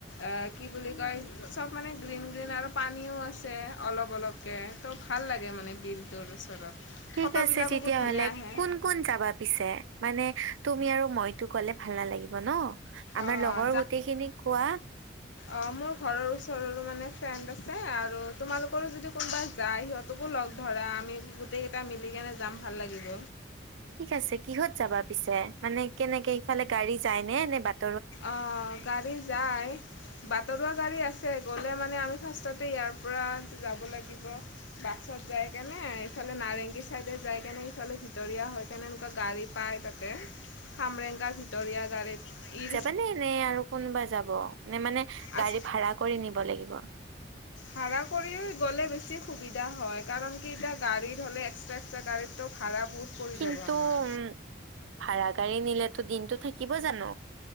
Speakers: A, on the left; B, on the right.
A: অ কি বুলি কয় চব মানে গ্ৰীণ গ্ৰীণ আৰু পানীও আছে অলপ -অলপ তাকে ত ভাল লাগে মানে বিলটোৰ ওচৰত
B: ঠিক
A: ফটোবিলাকো
B: আছে তেতিয়াহলে
A: বহুত ধুনীয়া আহে
B: কোন কোন যাবা পিছে মানে তুমি আৰু মইতো গলে ভাল নালাগিব। ন আমাৰ
A: অঁ
B: লগৰ গোটেইখিনিক কোৱা?
A: অ মোৰ ঘৰৰ ওচৰৰো মানে ফ্ৰেণ্ড আছে। আৰু তোমালোকৰো যদি কোনোবা যায় সিহঁত তোকো লগ ধৰা আমি গোটেইকেইটা মিলি কেনে যাম ভাল লাগিব।
B: ঠিক আছে কিহত যাবা পিছে মানে কেনেকে ইফালে গাড়ী যায় নে নে বাট
A: অ গাড়ী যায়। বাটৰুৱা গাড়ী আছে গ'লে মানে আমি ফাৰ্ষ্টতে ইয়াৰ পৰা যাব লাগিব। বাছত যাই কেনে ইফালে নাৰেংগী চাইডে যাই কেনে সফালে ভিতৰীয়া হয়। কেনে এনেকুৱা গাড়ী পাই। তে কামৰেংগ ভিতৰীয়া গাড়ীত ইৰ
B: মানে এনে আৰু কোনোবা যাব নে মানে
A: আচ
B: গাড়ী ভাড়া কৰি নিব লাগিব।
A: ভাড়া কৰি গ'লে বেছি সুবিধা হয় কাৰণ কি এতিয়া গাড়ীত হলে একট্ৰা এক্সট্ৰা গাড়ীত ভাড়া বহুত পৰি
B: কিন্তু
A: যাব আমাৰ
B: উম ভাড়া গাড়ী নিলেতো দিনটো থাকিব জানো।